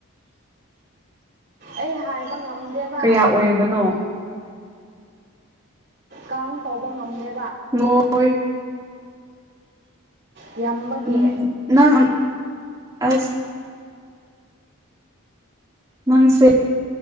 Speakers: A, on the right (about 50°); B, on the right (about 15°).
A: ꯑꯩ ꯍꯥꯏꯕ ꯉꯝꯗꯦꯕ
B: ꯀꯌꯥ ꯑꯣꯏꯔꯕꯅꯣ
A: ꯀꯥꯎꯟ ꯇꯧꯕ ꯉꯝꯗꯦ
B: ꯂꯣꯏꯔꯦ
A: ꯌꯥꯝꯕꯒꯤ
B: ꯎꯝ ꯅꯪ ꯑꯁ ꯅꯪꯁꯦ